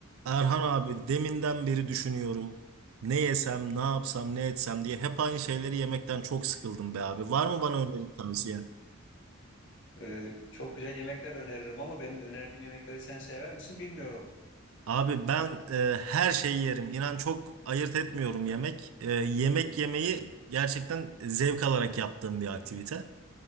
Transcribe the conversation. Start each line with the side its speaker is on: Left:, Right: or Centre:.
Right: Erhan abi deminden beri düşünüyorum. Ne yesem, ne yapsam, ne etsem diye hep aynı şeyleri yemekten çok sıkıldım be abi. Var mı bana öneri tavsiyen?
Left: Ee, çok güzel yemekler öneririm ama benim önerdiğim yemekleri sen sever misin bilmiyorum.
Right: Abi ben e, her şeyi yerim. İnan çok ayırt etmiyorum yemek. E, yemek yemeyi gerçekten zevk alarak yaptığım bir aktivite.